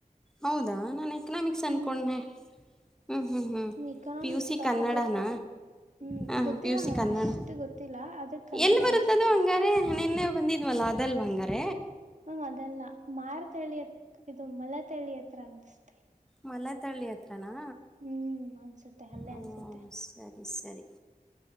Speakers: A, in the centre; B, on the right.
A: ಹೌದಾ ನಾನ್ ಎಕನಾಮಿಕ್ಸ್
B: ಹ್ಮ್
A: ಅನ್ಕೊಂಡನೆ ಹ್ಮ್ ಹ್ಮ್ ಹ್ಮ್
B: ಎಕನಾಮಿಕ್ಸ್
A: ಪಿ ಯು ಸಿ
B: ತಗೋತಿರ್ಬೋದು
A: ಕನ್ನಡಾನ
B: ಹ್ಮ್
A: ಹ
B: ಗೊತ್ತಿಲ್ಲ
A: ಪಿ ಯು ಸಿ
B: ಮ್ಯಾಮ್
A: ಕನ್ನಡ
B: ಅಷ್ಟು ಗೊತ್ತಿಲ್ಲ ಅದ ಕನ್ನಡ
A: ಎಲ್ಲಿ ಬರುತ್ತದು
B: ಅನ್ಸುತ್ತೆ
A: ಹಂಗ ಅ ನಿನ್ನೆ ಬಂದಿದ್ವಲ್ಲ ಅದಲ್ ಬಂಗಾರ
B: ಮಾಮ್ ಅದೆಲ್ಲ ಮಾರತಳಿ ಹತ್ರ ಇದು ಮಲತಳಿ ಹತ್ರ ಅನ್ಸತತೆ
A: ಮಲೆತಳ್ಳಿ ಹತ್ರನಾ
B: ಹ್ಮ್ ಅನ್ಸುತ್ತೆ ಅಲ್ಲೇ
A: ಓ
B: ಅನ್ಸತ್ತೆ
A: ಸರಿ ಸರಿ